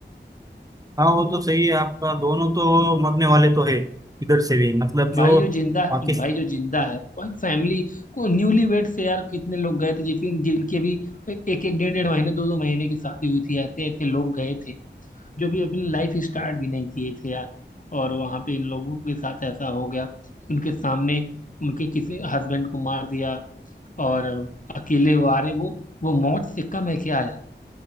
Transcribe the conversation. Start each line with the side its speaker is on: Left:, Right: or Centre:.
Right: हाँ वो तो सही है आपका दोनों तो मरने वाले तो है इधर से भी मतलब जो
Left: भाई जो जिंदा
Right: पाकिस्तान
Left: भाई जो जिंदा है वही फैमिली को न्यूली वेड से यार कितने लोग गए थे जिसकी जिनकी अभी एक एक डेढ़ डेढ़ महीने दो दो महीने की शादी हुई थी ऐसे ऐसे लोग गए थे जो भी अपनी लाइफ स्टार्ट भी नहीं किए थे यार और वहां पे इन लोगों के साथ ऐसा हो गया उनके सामने उनके किसी हस्बैंड को मार दिया और अकेले वो आ रहे वो वो मौत से कम है क्या यार